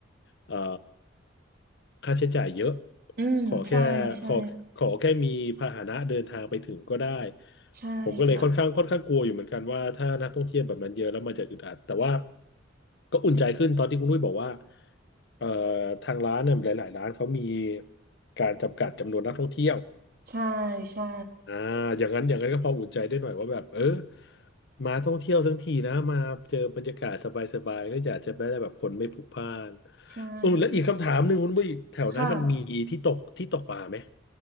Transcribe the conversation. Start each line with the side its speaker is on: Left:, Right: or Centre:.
Left: เอ่อค่าใช้จ่ายเยอะ
Right: อืมใช่ใช่
Left: ขอแค่ขอขอแค่มีพาหนะเดินทางไปถึงก็ได้
Right: ใช่ค่ะ
Left: ผมก็เลยค่อนข้างค่อนข้างกลัวอยู่เหมือนกันว่าถ้านักท่องเที่ยวแบบนั้นเยอะแล้วมันจะอึดอัดแต่ว่าก็อุ่นใจขึ้นตอนที่คุณนุ้ยบอกว่าเอ่อทางร้านเนี่ยหลายๆร้านเขามีการจำกัดจำนวนนักท่องเที่ยว
Right: ใช่ใช่
Left: อ่าอย่างนั้นอย่างนั้นก็พออุ่นใจได้หน่อยว่าแบบเออมาท่องเที่ยวทั้งทีนะมาเจอบรรยากาศสบายๆก็อยากจะได้แบบคนไม่พลุกพล่าน
Right: ใช่
Left: อือแล้วอีกคำถามหนึ่งคุณนุ้ยแถวนั้นมันมีที่ตกที่ตกปลาไหม
Right: ค่ะ